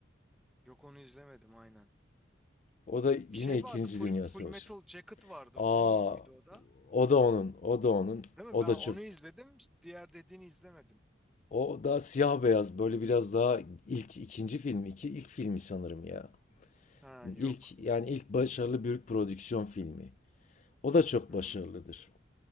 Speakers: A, in the centre; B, on the left.
A: Yok onu izlemedim aynen.
B: O da yine
A: Bir şey
B: İkinci
A: vardı. Full
B: Dünya
A: Full
B: Savaşı.
A: Metal Jacket vardı.
B: Aa,
A: Onun muydu o da?
B: o da onun, o da onun,
A: Değil mi?
B: o
A: Ben
B: da
A: onu
B: çok.
A: izledim. Diğer dediğini izlemedim.
B: O da siyah beyaz böyle biraz daha ilk ikinci film, iki ilk filmi sanırım ya.
A: Ha yok.
B: İlk yani ilk başarılı büyük prodüksiyon filmi. O da çok
A: Hmm,
B: başarılıdır.